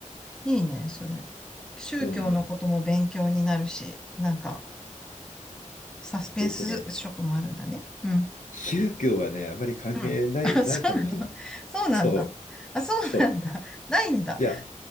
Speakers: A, in the centre; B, on the left (about 70°).
A: いいね、それ。宗教のことも勉強になるし、
B: うん。
A: なんかサスペンス色もあるんだね。
B: えっとね、
A: うん。
B: 宗教はね、あまり関係ない、
A: うん。あ、そうなのそうなんだ。
B: ないかもしれない。そ
A: あ、そうなんだ。
B: う、そう。
A: ないんだ。
B: いや、